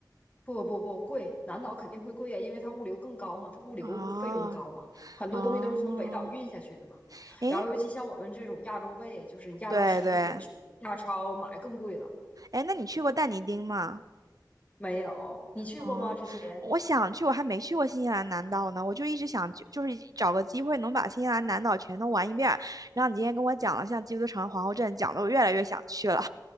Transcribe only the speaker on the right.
哦
哦，诶，
对对，
诶，那你去过但尼丁吗？
哦，
我想去，我还没去过新西兰南岛呢，我就一直想就就是找个机会能把新西兰南岛全都玩一遍儿然后你今天跟我讲了像基督城、皇后镇，讲的我越来越想去了。